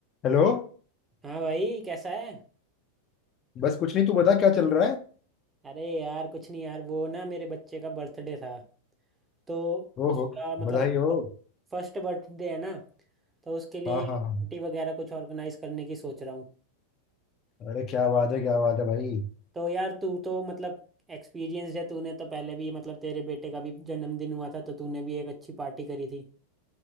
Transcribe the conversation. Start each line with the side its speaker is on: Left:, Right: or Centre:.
Left: हेलो
Right: हाँ भाई कैसा है
Left: बस कुछ नहीं तू बता क्या चल रहा है
Right: अरे यार कुछ नहीं यार वो ना मेरे बच्चे का बर्थडे था तो
Left: ओहो
Right: उसका मतलब
Left: बधाई हो
Right: फर्स्ट बर्थडे है ना तो उसके लिए
Left: हाँ हाँ हाँ
Right: पार्टी वगैरह कुछ ऑर्गेनाइज करने की सोच रहा हूँ
Left: अरे क्या बात है क्या बात है भाई
Right: तो यार तू तो मतलब एक्सपीरियंस है तूने तो पहले भी मतलब तेरे बेटे का भी जन्मदिन हुआ था तो तूने भी एक अच्छी पार्टी करी थी